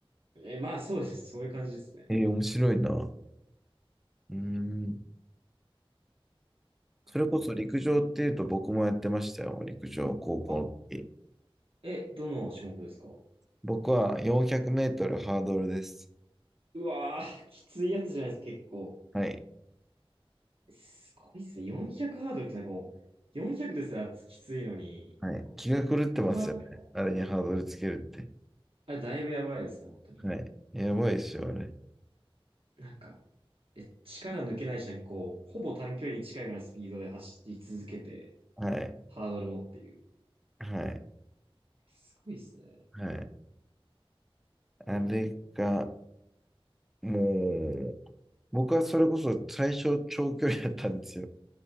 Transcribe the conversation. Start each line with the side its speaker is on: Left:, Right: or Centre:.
Right: え、えまあ、そうです。そういう感じですね。
Centre: えー面白いな。うーん。
Right: こ
Centre: それこそ陸上っていうと僕もやってましたよ。
Right: うか
Centre: 陸上、高校の時。
Right: あ、え、どの種目ですか
Centre: 僕は400メートルハードルです。
Right: うわー、きついやつじゃないですか、結構。
Centre: はい。
Right: すごいっすね。400ハードルってなんかもう、400ですらきついのに、
Centre: はい。
Right: こう、
Centre: 気が狂ってますよね。
Right: ハードル、
Centre: あれにハードルつけるって。
Right: あれだいぶやばいですね、本当に。
Centre: はい。やばいっしょ、あれ。
Right: なんか、え、力抜けないし、なんかこう、ほぼ短距離に近いぐらいのスピードで走り続けて、
Centre: はい。
Right: ハードルもっていう。
Centre: はい。
Right: すごいっすね。
Centre: はい。あれが、もう、僕はそれこそ最初長距離だったんですよ。